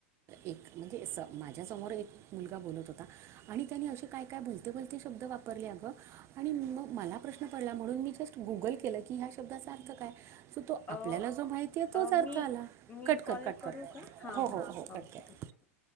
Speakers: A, on the right; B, on the left.
A: एक म्हणजे असं माझ्यासमोर एक मुलगा बोलत होता आणि त्यां नी असे काय भलते भलते शब्द वापरले आग आणि मग मला प्रश्न पडला म्हणून मी जस्ट गुगल <unintelligible> लकी या शब्दाचा अर्थ काय असं तो
B: अ
A: आपल्याला जो माहिती तोच
B: अ
A: अर्थ
B: मी
A: आला <inaudible>
B: मी
A: कट
B: कॉल
A: कर कट
B: करू
A: कर
B: का हा
A: हो हो
B: हा
A: हो
B: <inaudible>
A: कट
B: हो,
A: कर
B: <inaudible>